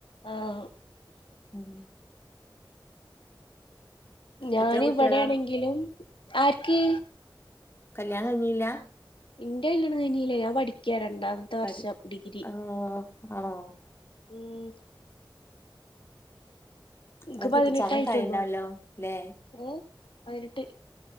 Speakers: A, on the left; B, on the left.
A: ആഹ്
B: ഉം
A: ഞാൻ
B: എത്ര കുട്ടികളാ
A: ഇവടേണെങ്കിലും ആര്ക്ക്
B: കല്യാൺ കഴ്ഞ്ഞില്ലാ
A: ഇന്റെല്യാണം കഴ്ഞ്ഞീലാ ഞാൻ പഠിക്യാണ് രണ്ടാമത്തെ വർഷം
B: പഠി
A: ഡിഗ്രി
B: ആഹ് ആണോ
A: ഉം ഇൻക്ക്
B: ആഹ്
A: പതിനെട്ടായിട്ടുള്ളൂ
B: കെട്ടിച്ചാനൊക്കെ ആയിണ്ടാവല്ലോല്ലേ
A: ഏഹ് പതിനെട്ട്